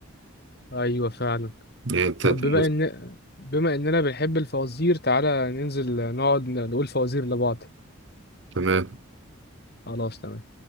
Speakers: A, on the left; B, on the right.
A: أيوة فعلا
B: يعني تلاتة
A: طب بما ان بما اننا بنحب الفوازير تعالى ننزل نقعد نقول فوازير لبعض
B: تمام
A: خلاص تمام